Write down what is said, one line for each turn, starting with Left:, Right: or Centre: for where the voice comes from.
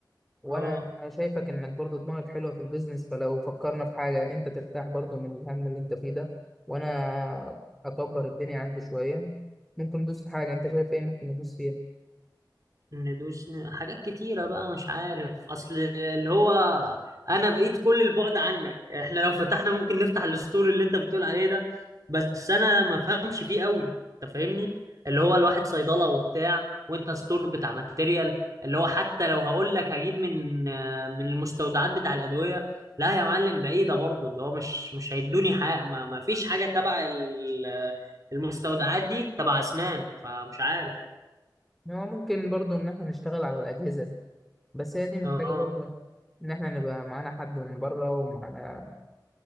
Centre: وانا
Right: اه
Centre: شايفك انك برضو دماغك حلوه في البيزنس فلو فكرنا في حاجه انت ترتاح برضو من الهم اللي انت فيه ده وانا اكبر الدنيا عندي شويه ممكن ندوس في حاجه انت شايف ايه ممكن ندوس فيها
Right: ندوس ن- حاجات كتيرة بقى مش عارف أصل اللي هو أنا بعيد كل البعد عنك يعني إحنا لو فتحنا ممكن نفتح الستور اللي أنت بتقول عليه ده بس أنا ما فهمش فيه قوي أنت فاهمني اللي هو الواحد صيدلة وبتاع وأنت ستور بتاع ماتيريال اللي هو حتى لو هقول لك هجيب من آه، من المستودعات بتاع الأدوية لا يا معلم بعيدة برضو اللي هو مش مش هيدوني حاجة ما, ما فيش حاجة تبع ال- المستودعات دي تبع أسنان فمش عارف
Centre: هو ممكن برضو ان احنا نشتغل على الاجهزه بس هي دي محتاجه
Right: اه
Centre: برضو ان احنا نبقى معانا حد من بره ومعانا